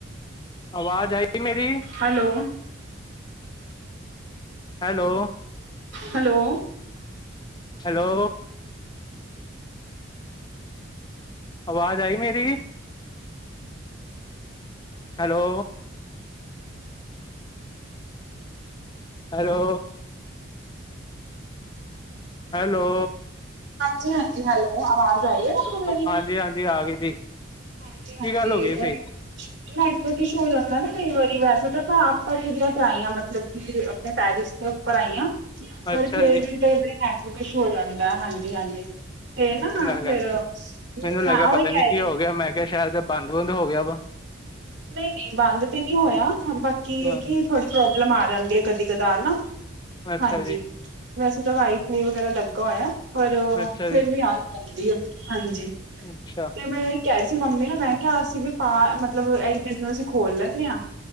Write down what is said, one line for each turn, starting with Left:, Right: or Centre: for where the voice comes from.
Left: ਆਵਾਜ਼ ਆਈ ਮੇਰੀ।
Right: ਹੈਲੋ।
Left: ਹੈਲੋ।
Right: ਹੈਲੋ।
Left: ਹੈਲੋ। ਆਵਾਜ਼ ਆਈ ਮੇਰੀ। ਹੈਲੋ। ਹੈਲੋ। ਹੈਲੋ।
Right: ਹਾਂਜੀ ਹਾਂਜੀ ਹੈਲੋ ਆਵਾਜ਼ ਆਈ ਆ ਤੁਾਨੂੰ ਮੇਰੀ।
Left: ਹਾਂਜੀ ਹਾਂਜੀ ਆ ਗਏ ਜੀ।
Right: ਹਾਂਜੀ
Left: ਕੀ
Right: ਹਾਂਜੀ
Left: ਗੱਲ ਹੋ ਗਈ
Right: ਉਹ।
Left: ਸੀ
Right: ਨੈੱਟਵਰਕ ਇਸ਼ੂ ਹੋ ਜਾਂਦਾ ਨਾ ਕਈ ਵਾਰੀ ਵੈਸੇ ਤਾਂ ਮੈਂ ਆਪ ਪਰ ਇਰੀਆ ਆਈ ਹਾਂ ਮਤਲੱਬ ਕਿ ਆਪਣੇ ਟੈਰਿਸ ਤੇ। ਉਪਰ ਆਈਆਂ ਪਰ
Left: ਅੱਛਾ
Right: ਫਿਰ
Left: ਜੀ
Right: ਵੀ ਨੈੱਟਵਰਕ ਇਸ਼ੁ ਹੋ ਜਾਂਦਾ ਹਾਂਜੀ ਹਾਂਜੀ। ਤੇ
Left: ਮੈਨੂੰ
Right: ਨਾ
Left: ਲੱਗਿਆ
Right: ਫਿਰ
Left: ਮੈਨੂੰ
Right: ਮੈਂ
Left: ਲੱਗਿਆ
Right: ਉਹੀ
Left: ਪਤਾ ਨੀ
Right: ਕਹਿ
Left: ਕੀ
Right: ਰਹੀ
Left: ਹੋ ਗਿਆ ਮੈਂ ਕਿਹਾ ਸ਼ਾਇਦ ਦੇ ਬੰਦ ਬੂੰਦ ਹੋ ਗਿਆ ਵਾ।
Right: ਨਹੀਂ ਨਹੀਂ ਬੰਦ ਤਾਂ ਨਹੀਂ ਹੋਇਆ ਬਾਕੀ
Left: ਹਾਂ
Right: ਇਹ ਕਿ ਥੋੜ੍ਹੀ ਪ੍ਰੋਬਲਮ ਆ ਜਾਂਦੀ ਹੈ ਕਦੀ ਕਦਾਰ ਨਾ।
Left: ਅੱਛਾ
Right: ਹਾਂਜੀ
Left: ਜੀ।
Right: ਵੈਸੇ ਤਾਂ ਵਾਈ ਫਾਈ ਵਗੈਰਾ ਲੱਗਾ ਹੋਇਆ ਪਰ
Left: ਅੱਛਾ
Right: ਫਿਰ
Left: ਜੀ
Right: ਵੀ ਆ ਹੀ ਜਾਂਦੀ ਆ। ਹਾਂਜੀ।
Left: ਅੱਛਾ।
Right: ਤੇ ਮੈਂ ਇਹ ਕਹਿ ਰਹੀ ਸੀ ਮੰਮੀ ਨੂੰ ਮੈਂ ਕਿਹਾ ਅਸੀ ਵੀ ਤਾਂ ਮਤਲੱਬ ਇਹੀ ਬਿਜਨਸ ਖੋਲ ਲੈਂਦੇ ਹਾਂ।